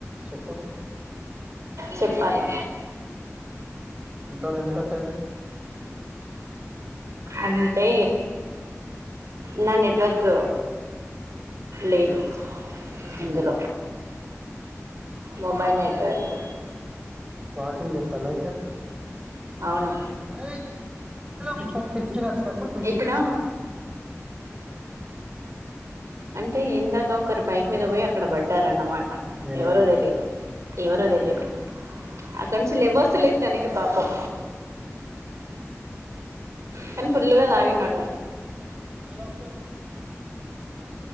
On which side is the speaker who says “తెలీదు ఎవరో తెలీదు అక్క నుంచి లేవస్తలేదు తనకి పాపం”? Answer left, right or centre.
Right